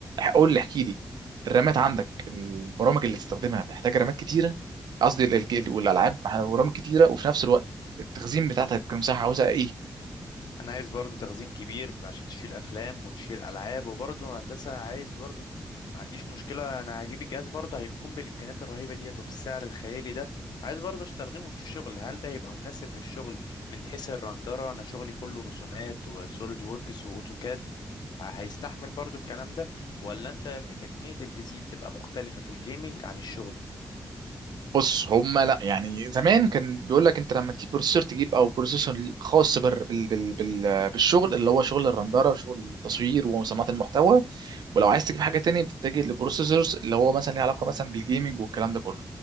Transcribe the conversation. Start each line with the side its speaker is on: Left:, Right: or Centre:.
Right: قول لي احكي لي الرامات عندك البرامج اللي تستخدمها محتاجه رامات كتيره قصدي ال- الج- والالعاب ورام كتيره وفي نفس الوقت التخزين بتاعتك المساحه عاوزها ايه
Left: انا عايز برضو تخزين كبير عشان تشيل افلام وتشيل العاب وبرضو هندسه عايز برضو ما عنديش مشكله انا هجيب الجهاز برضو هيكون بالامكانيات الرهيبه ديت وبالسعر الخيالي ده عايز برضو استخدمه في الشغل هل ده هيبقى مناسب للشغل من حيث الرندره انا شغلي كله رسومات وسوليد ووركس واوتوكاد هيستحمل برضو الكلام ده ولا انت تجميع البي سي بتبقى مختلفه في الجيمنج عن الشغل
Right: بص هما لا يعني زمان كان بيقول لك انت لما تجيب بروسيسور تجيب او بروسيسور خاص بال بال بال بال بالشغل اللي هو شغل الرندره وشغل التصوير وصناعه المحتوى ولو عايز تجيب حاجه تانية بتتجه للبروسيسورز اللي هو مثلا ليه علاقه مثلا بالجيمنج والكلام ده كله